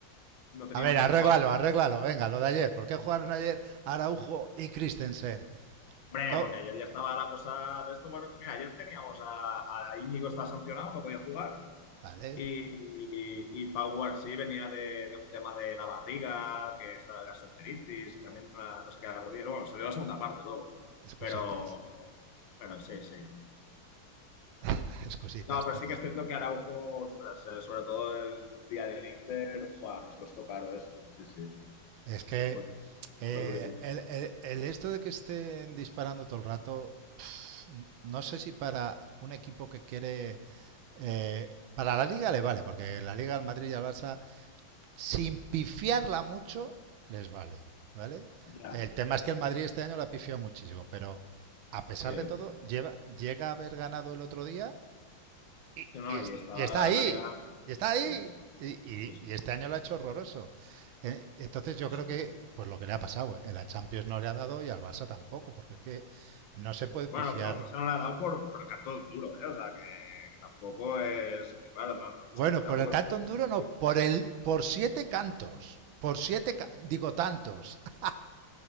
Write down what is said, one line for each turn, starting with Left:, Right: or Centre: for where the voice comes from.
Left: no teníamos
Right: A ver,
Left: tampoco
Right: arréglalo,
Left: a...
Right: arréglalo, venga, lo de ayer. ¿Por qué jugaron ayer Araujo y Christensen?
Left: Hombre,
Right: To-
Left: porque ayer ya estaba la cosa de esto, bueno, mira, ayer teníamos a, a Íñigo está sancionado, no podía jugar,
Right: vale,
Left: Y, y Pau Guarsí venía de, de un tema de la barriga, que estaba la gastroenteritis y también una- no sé qué de la rodilla. Bueno, salió la segunda parte luego,
Right: excusitas,
Left: pero, pero sí, sí.
Right: <laughs> excusitas
Left: No, pero
Right: toda.
Left: sí que es cierto que Araujo, ostras, eh, sobre todo el día del Inter, fua, nos costó caro eso. Sí, sí.
Right: Es que
Left: Fue,
Right: eh,
Left: fue durillo.
Right: el, el- el esto de que estén disparando todo el rato No sé si para un equipo que quiere... eh, para la Liga le vale, porque la Liga al Madrid y al Barça, sin pifiarla mucho, les vale, ¿vale?
Left: Ya,
Right: El tema es que el Madrid este año la pifió muchísimo, pero a pesar
Left: sí.
Right: de todo, lleva, llega a haber ganado el otro día y,
Left: Sí, No,
Right: y
Left: y estaba
Right: y está ahí,
Left: la liga.
Right: y está ahí,
Left: Sí, sí,
Right: y, y-
Left: sí, sí,
Right: y este año lo ha hecho horroroso. Eh, Entonces yo
Left: sí,
Right: creo
Left: sí.
Right: que, pues lo que le ha pasado, eh, la Champions no le ha dado y al Barça tampoco, porque es que no se puede
Left: Bueno,
Right: pifiar
Left: pero al Barcelona le ha dado por, por el canto de un duro, ¿eh? O sea, que, que tampoco es. Que claro, no, no-
Right: Bueno,
Left: tampoco
Right: por el canto
Left: <laughs>
Right: duro no, por el, por siete cantos, por siete, digo tantos. <laughs>